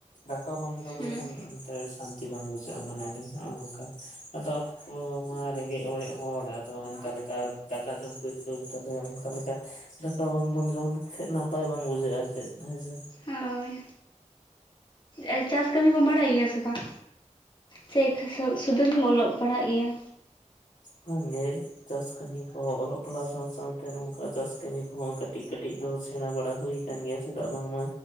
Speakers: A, on the left; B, on the left.
A: ᱫᱟᱠᱟ ᱵᱟᱢ ᱡᱚᱢ
B: ᱦᱩᱸ
A: ᱞᱮᱠᱷᱟᱱ ᱮᱱᱛᱮ ᱥᱟᱱ ᱛᱤ ᱵᱟᱝ ᱵᱩᱡᱷᱟᱹᱜᱼᱟ ᱢᱚᱱᱮ ᱞᱮᱱ ᱱᱚᱜᱼᱚ ᱱᱚᱝᱠᱟ ᱟᱫᱚ ᱟᱵᱚ ᱢᱟ ᱨᱮᱸᱜᱮᱡ ᱚᱲᱮᱡ ᱦᱚᱲ ᱟᱫᱚ ᱚᱱᱠᱟ ᱞᱮᱠᱟ ᱫᱟᱠᱟ ᱡᱚᱢ ᱯᱟᱹᱭᱠᱟᱹᱣ ᱛᱷᱟᱞᱮ ᱚᱱᱠᱟ ᱞᱮᱠᱟ ᱫᱟᱠᱟ ᱵᱟᱝᱵᱚᱱ ᱡᱚᱢ ᱞᱮᱠᱷᱟᱡ ᱱᱟᱯ ᱯᱟᱭ ᱵᱟᱝ ᱵᱩᱡᱷᱟᱹᱜᱼᱟ ᱟᱨ ᱪᱮᱫ ᱦᱮᱸᱥᱮ
B: ᱦᱳᱭ ᱟᱨ ᱪᱟᱥ ᱠᱟᱹᱢᱤ ᱠᱚᱢ ᱵᱟᱲᱟᱭ ᱜᱮᱭᱟ ᱥᱮ ᱵᱟᱝ? ᱥᱮᱠ ᱥᱩ ᱥᱩᱫᱷᱩ ᱜᱮᱢ ᱚᱞᱚᱜ ᱯᱟᱲᱦᱟᱜ ᱜᱮᱭᱟ?
A: ᱵᱟᱝ ᱜᱮ ᱪᱟᱥ ᱠᱟᱹᱢᱤ ᱠᱚᱦᱚᱸ ᱚᱞᱚᱜ ᱯᱟᱲᱦᱟᱣ ᱥᱟᱶ ᱥᱟᱶᱛᱮ ᱱᱚᱝᱠᱟ ᱪᱟᱥ ᱠᱟᱹᱢᱤ ᱠᱚᱦᱚᱸ ᱠᱟᱹᱴᱤᱡ ᱠᱟᱹᱴᱤᱡ ᱫᱚ ᱥᱮᱬᱟ ᱵᱟᱲᱟ ᱦᱩᱭ ᱠᱟᱱ ᱜᱮᱭᱟ ᱪᱮᱫᱟᱜ ᱵᱟᱝᱢᱟ